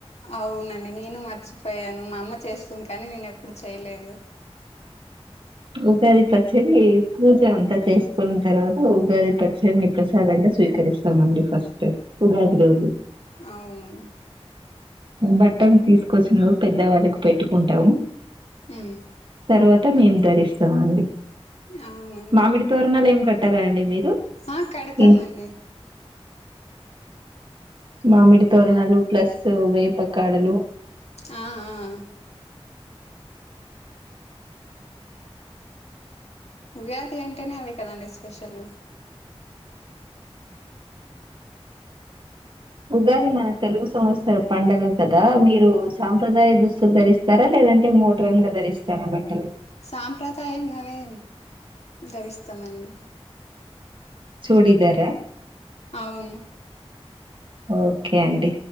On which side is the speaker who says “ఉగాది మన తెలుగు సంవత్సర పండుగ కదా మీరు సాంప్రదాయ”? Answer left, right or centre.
Right